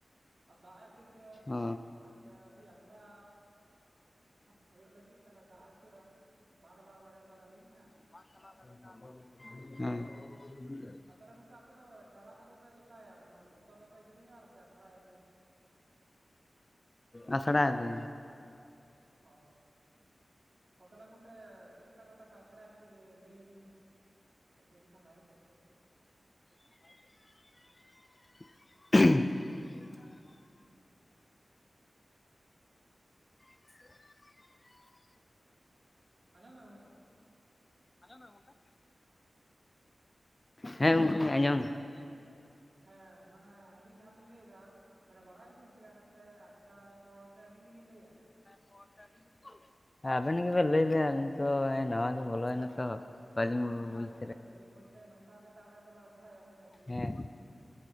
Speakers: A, on the right; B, on the left.
A: ᱟᱨ ᱫᱟᱜ ᱮᱫ ᱠᱷᱟ. ᱛᱤᱨ ᱛᱮ
B: ᱚ
A: ᱟᱪᱪᱷᱟ ᱠᱷᱟ. ᱞᱤ ᱟᱪᱷᱟᱲᱟ ᱦᱳᱭᱳᱜ ᱞᱟᱹᱜᱤᱫ ᱛᱟᱦᱚᱞᱮ ᱫᱟᱜ <unintelligible> ᱵᱟᱝ ᱪᱟᱞᱟᱣ ᱫᱟᱲᱮ ᱠᱟᱫᱟᱞᱤᱧ ᱦᱮᱸ
B: ᱵᱟᱝ ᱪᱟᱞᱟᱣ ᱫᱟᱲᱮ ᱠᱟᱫᱟᱞᱤᱧ ᱦᱮ <unintelligible>
A: ᱟᱨ ᱛᱟᱦᱚᱞᱮ ᱜᱚᱝᱠᱮ ᱟᱯᱮ ᱫᱚ ᱪᱟᱨᱟ ᱠᱚᱫᱚ ᱯᱮ ᱪᱮᱠᱟᱭᱟ ᱢᱟᱱᱮ ᱵᱚᱛ ᱨᱮᱯᱮ ᱜᱤᱲᱤᱭᱟ ᱥᱮ ᱟᱪᱷᱲᱟ ᱭᱟ ᱯᱮ
B: ᱟᱪᱷᱲᱟᱭᱟᱞᱮ
A: ᱚ ᱚ ᱛᱟᱦᱚᱞᱮ ᱜᱚᱝᱠᱮ ᱪᱮᱫᱠᱟ ᱠᱟᱛᱮ ᱯᱮ ᱟᱪᱷᱲᱟᱭᱟ ᱠᱟᱹᱴᱤᱡ ᱞᱟᱹᱭ ᱵᱤᱱ ᱞᱟᱹᱭ ᱞᱮᱠᱷᱟᱱ ᱵᱷᱟᱜᱮ ᱠᱚᱜᱼᱟ ᱾
B: <inaudible> <inaudible>
A: ᱟᱸᱡᱚᱢ ᱫᱟ ᱜᱚᱝᱠᱮ
B: ᱟᱸᱡᱚᱢ ᱫᱟ ᱜᱟᱝᱠᱮ? ᱦᱮᱸ ᱜᱚᱝᱠᱮ ᱟᱸᱡᱚᱢ ᱫᱟ ᱾
A: ᱦᱮᱸ ᱢᱟᱱᱮ ᱟᱹᱞᱤᱧ ᱡᱟᱦᱟᱸ ᱞᱤᱧ ᱞᱟᱹᱭ ᱫᱟ ᱢᱟᱱᱮ ᱵᱟᱲᱟᱭᱟᱵᱤᱱ ᱪᱮᱠᱟ ᱠᱟᱛᱮ ᱟᱪᱷᱲᱟᱭᱟᱠᱚ ᱥᱮ ᱟᱹᱞᱤᱧ ᱜᱮᱞᱤᱧ ᱞᱟᱹᱭᱟ
B: ᱠᱚ ᱥᱮ ᱟ. ᱞᱤᱧ ᱜᱮᱞᱤᱧ ᱞᱟ. ᱭᱟ ᱟᱵᱮᱱ ᱜᱮ ᱵᱮᱱ ᱞᱟᱹᱭ ᱵᱮᱱ ᱛᱚ ᱱᱟᱣᱟ
A: ᱚ
B: ᱞᱤᱧ ᱵᱚᱞᱚᱭᱮᱱᱟ
A: ᱦᱮᱸ ᱜᱚᱝᱠᱮ
B: ᱛᱚ ᱵᱟᱹᱞᱤᱧ
A: ᱟᱹᱞᱤᱧ ᱜᱮᱞᱤᱧ ᱞᱟᱹᱭ
B: ᱵᱩᱡᱽ
A: ᱫᱟ
B: ᱫᱟᱲᱮᱭᱟᱜ
A: ᱞᱟᱹᱭ ᱵᱚᱞᱛᱮ ᱱᱚᱝᱠᱟ ᱠᱟ ᱟᱞᱮ ᱫᱚᱞᱮ ᱟᱪᱷᱲᱟᱭᱟ ᱜᱚᱝᱠᱮ
B: ᱦᱮᱸ